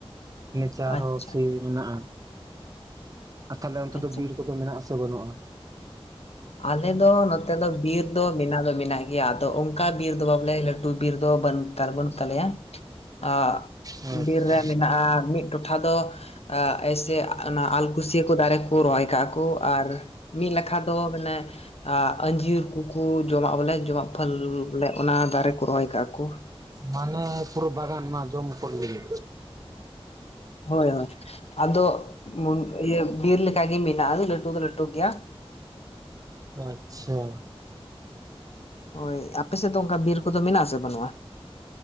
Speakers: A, on the right; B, on the left.
A: ᱱᱮᱪᱟᱨ
B: ᱟᱪᱪᱷᱟ
A: ᱦᱚᱸ ᱥᱤ ᱢᱮᱱᱟᱜᱼᱟ ᱛᱟᱦᱚᱞᱮ ᱚᱱᱛᱮ
B: ᱟᱪᱪᱷᱟ
A: ᱫᱚ ᱵᱤᱨ ᱠᱚᱫᱚ ᱢᱮᱱᱟᱜ ᱟᱥᱮ ᱵᱟᱹᱱᱩᱜᱼᱟ?
B: ᱟᱞᱮ ᱫᱚ ᱱᱚᱛᱮ ᱫᱚ ᱵᱤᱨ ᱫᱚ ᱢᱮᱱᱟᱜ ᱫᱚ ᱢᱮᱱᱟᱜ ᱜᱮᱭᱟ ᱟᱫᱚ ᱚᱱᱠᱟ ᱵᱤᱨ ᱫᱚ ᱵᱟ ᱟᱞᱮ ᱞᱟᱹᱴᱩ ᱵᱤᱨ ᱫᱚ ᱵᱟᱹᱱ ᱛᱟᱨ ᱵᱟᱹᱱᱩᱜ ᱛᱟᱞᱮᱭᱟ ᱟ
A: ᱟᱪᱪᱷᱟ
B: ᱵᱤᱨ ᱨᱮ ᱢᱮᱱᱟᱜᱼᱟ ᱢᱤᱫ ᱴᱚᱴᱷᱟ ᱫᱚ ᱮᱥᱮ ᱚᱱᱟ ᱟᱞᱠᱷᱩᱥᱤᱭᱟᱹ ᱠᱚ ᱫᱟᱨᱮ ᱠᱚ ᱨᱚᱦᱚᱭ ᱠᱟᱜᱼᱟ ᱠᱚ ᱟᱨ ᱢᱤᱫ ᱞᱮᱠᱷᱟ ᱫᱚ <unintelligible> ᱟ ᱟᱸᱡᱤᱨ ᱠᱚᱠᱚ ᱡᱚᱢᱟᱜ ᱵᱚᱞᱮ ᱡᱚᱢᱟᱜ ᱯᱷᱟᱞ ᱵᱚᱞᱮ ᱚᱱᱟ ᱫᱟᱨᱮ ᱠᱚ ᱨᱚᱦᱚᱭ ᱠᱟᱜᱼᱟ
A: ᱢᱟᱱᱮ ᱯᱩᱨᱟᱹ ᱵᱟᱜᱟᱱ ᱢᱟ ᱡᱚᱢ ᱠᱚ ᱯᱷᱚᱞ ᱜᱤᱰᱤ
B: ᱦᱳᱭ ᱦᱳᱭ ᱟᱫᱚ ᱤᱭᱟᱹ ᱵᱤᱨ ᱞᱮᱠᱟ ᱜᱮ ᱢᱮᱱᱟᱜᱼᱟ ᱟᱫᱚ ᱞᱟᱹᱴᱩ ᱫᱚ ᱞᱟᱹᱴᱩ ᱜᱮᱭᱟ᱾
A: ᱚ ᱟᱪᱪᱷᱟ᱾
B: ᱦᱳᱭ ᱟᱯᱮ ᱥᱮᱫ ᱫᱚ ᱚᱱᱠᱟ ᱵᱤᱨ ᱠᱚᱫᱚ ᱢᱮᱱᱟᱜ-ᱟ ᱥᱮ ᱵᱟᱹᱱᱩᱜ-ᱟ?